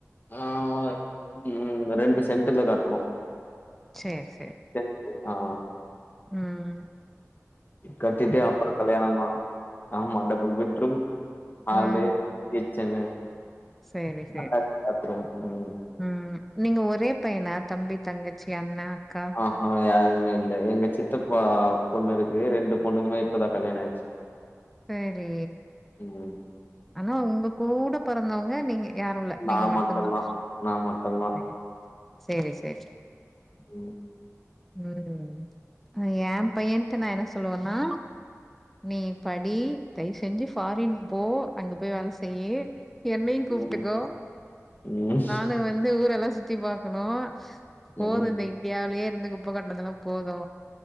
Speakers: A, on the left (about 35°); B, in the centre.
A: ஆ ம் ரெண்டு சென்ட்ல கட்டுறோம்
B: சேர் சேர்
A: சென்டு தா
B: ம் ம்
A: கட்டிட்டே அப்புற கல்யாண தா ஆமா டபுள் பெட்ரூம் ஹாலு
B: ம்
A: கிச்சனு
B: சேரி சேரி
A: அட்டாச் பாத்ரூம் ம்
B: ம் நீங்க ஒரே பையனா தம்பி தங்கச்சி அண்ணா அக்கா
A: ஆஹா யாருமே இல்ல எங்க சித்தப்ப பொண்ணு இருக்கு ரெண்டு பொண்ணுங்கமே இப்தா கல்யாணம் ஆச்சு
B: சேரி
A: ம்
B: ஆனா உங்க கூட பிறந்தவங்க நீங்க யாரு இல்ல
A: நா
B: நீங்க மட்டுதா
A: மட்டுந்தா நா மட்டுந்தா
B: சேர் சேரி சேரி
A: ம்
B: ம் எ பையன்ட்ட நா என்ன சொல்லுவனா நீ படி தயவுசெஞ்சு ஃபாரின் போ அங்க போய் வேல செய்யு என்னையு கூப்ட்டுக்கோ
A: ம் ம்
B: நானு வந்து ஊரெல்லா சுத்தி பாக்குணு
A: ம்
B: போது இந்த இந்தியாவிலயே இருந்து குப்ப கொட்டனதல்ல போது